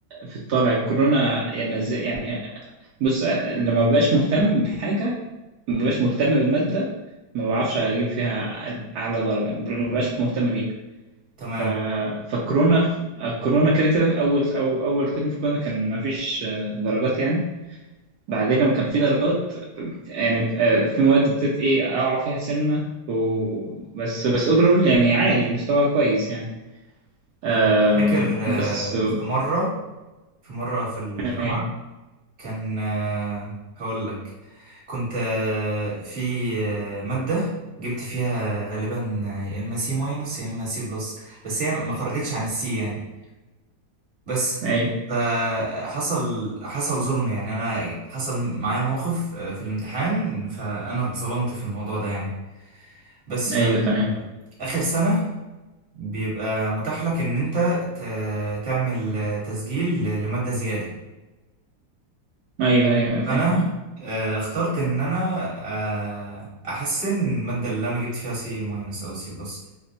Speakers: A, on the right; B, on the right.
A: في الطالع الكورونا يعني نز- يعني بص لما ببقاش مهتم بحاجة ما ببقاش مهتم بالمادة ما بعرفش أجيب فيها أعلى درجة ما ببقاش مهتم بيها
B: تمام
A: ف... فالكورونا الكورونا كده كده أول أو أول ترم في الكورونا كان ما فيش آه، درجات يعني بعدين لما كان في درجات يعني آه، في مواد بتت إيه أقع فيها سنة و... بس بس أوفرول يعني عالي مستوى كويس يعني آم،
B: انا كنت فاكر آه،
A: بس
B: في مرة في مرة في الجامعة
A: أيوه
B: كان آه، هقول لك كنت آه، في آه، مادة جبت فيها غالبا آه، يا اما سي ماينس يا اما سي بلس بس هي ما خرجتش عن السي يعني بس
A: أيوه
B: فحصل حصل ظلم يعني انا حصل معايا موقف آه، في الامتحان فانا اتظلمت في الموضوع ده يعني بس
A: أيوه
B: ف
A: تمام
B: اخر سنة بيبقى متاح لك ان انت ت- تعمل آه، تسجيل لمادة زيادة
A: أيوه أيوه فاهم
B: فانا آه، اخترت ان انا آه، احسن الماده اللي انا جبت فيها سي ماينس او سي بلس